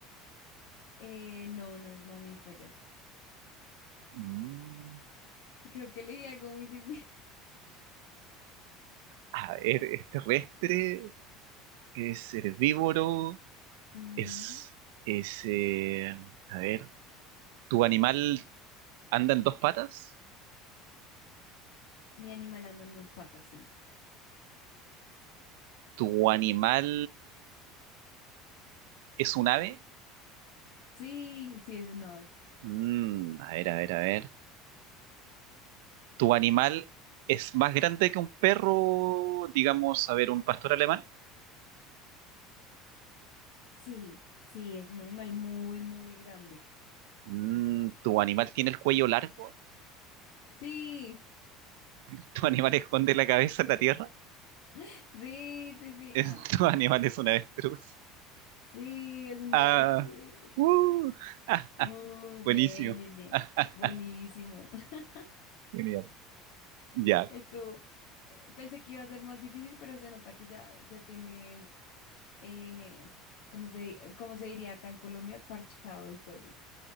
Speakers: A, on the left; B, on the right.
A: Eh, no, no es mamífero.
B: Mm,
A: Creo que leí algo muy difícil.
B: A ver, ¿es terrestre? ¿Es herbívoro?
A: <laughs> Ujú.
B: ¿Es, es, eh, a ver, ¿tu animal anda en dos patas?
A: Mi animal anda en dos patas, sí.
B: ¿Tu animal es un ave?
A: Sí, sí, es un ave.
B: Mm, a ver, a ver, a ver. ¿Tu animal es más grande que un perro, digamos, a ver, un pastor alemán?
A: Sí, sí, es un animal muy, muy grande.
B: Mm, ¿tu animal tiene el cuello largo?
A: Sí,
B: <laughs> ¿Tu animal esconde la cabeza en la tierra?
A: <laughs> sí, sí, sí.
B: <laughs>
A: Ah,
B: ¿Tu animal es un avestruz?
A: sí, es un
B: Ah,
A: avestruz.
B: uh, <laughs>
A: Uh,
B: buenísimo.
A: bien, bien, bien.
B: <laughs>
A: Buenísimo. <laughs>
B: Genial. Ya,
A: Esto, eh, pensé que iba a ser más difícil, pero se nota que ya, ya tienes, eh, ¿cómo se, cómo se diría acá en Colombia? Parchado el juego.